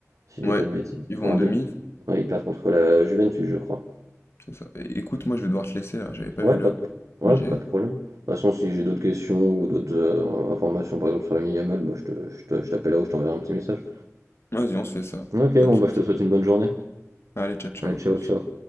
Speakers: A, on the right; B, on the left.
A: si je
B: Ouais,
A: dis pas de bêtises.
B: ils
A: Ils
B: vont
A: sont en
B: en demi,
A: deux. Ouais, ils perdent contre la Juventus, je crois.
B: c'est ça. É- écoute, moi, je vais devoir te laisser, là, j'avais pas
A: Ouais,
B: vu
A: pas
B: l'heure.
A: de, ouais,
B: Oui, j'y aille.
A: pas de problème. De toute façon, si j'ai d'autres questions ou d'autres euh, informations, par exemple sur la Yamal, bah, je te, je te- je t'appelle là ou je t'enverrai un petit message.
B: Vas-y, on se fait ça,
A: Ok,
B: pas
A: bon,
B: de soucis.
A: bah, je te souhaite une bonne journée.
B: Allez, ciao, ciao,
A: Allez,
B: à
A: ciao,
B: plus.
A: ciao.